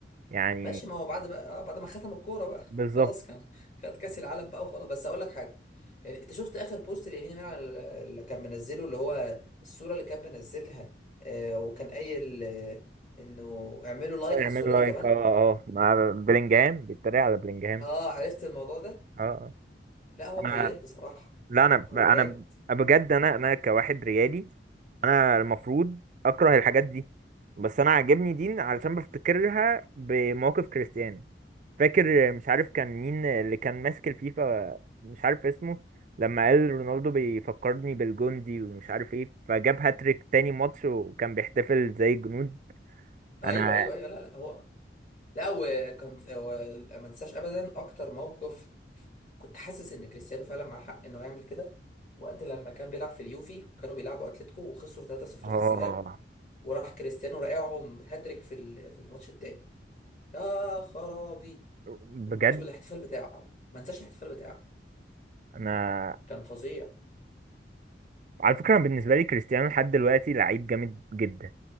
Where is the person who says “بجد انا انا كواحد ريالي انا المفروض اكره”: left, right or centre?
Right